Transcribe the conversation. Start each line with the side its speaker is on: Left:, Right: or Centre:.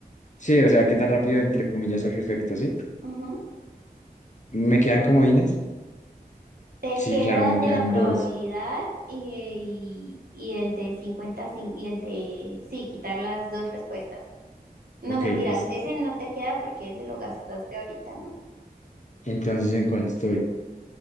Left: Sí, o sea, ¿qué tan rápido, entre comillas, surge efecto, sí?
Right: Ujú.
Left: ¿Me quedan comodines?
Right: Te
Left: Sí,
Right: queda
Left: claro, me
Right: el de
Left: quedan
Right: la probabilidad
Left: dos.
Right: y, y- y el de cincuenta cin- y el de, sí, quitar las dos respuestas. No
Left: Ok,
Right: mentiras,
Left: es...
Right: ese no te queda porque ese lo gastaste ahorita, ¿no?
Left: entonces, ¿en cuál estoy?